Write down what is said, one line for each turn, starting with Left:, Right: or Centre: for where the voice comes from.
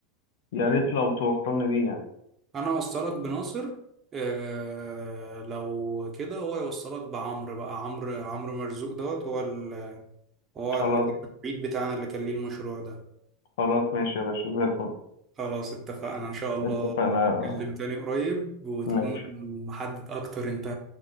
Left: يا ريت لو توصلني بيه يعني
Right: انا اوصلك بناصر آه لو كده هو يوصلك بعمرو بقى عمرو عمرو مرزوق دوت هو ال... هو
Left: خلاص
Right: ال- المعيد بتاعنا اللي كان ليه المشروع ده
Left: خلاص ماشي يا باشا زي الفل
Right: خلاص اتفقنا إن شاء الله
Left: اتفقنا
Right: هنتكلم تاني قريب وتكون
Left: ماشي
Right: محدد أكتر أنت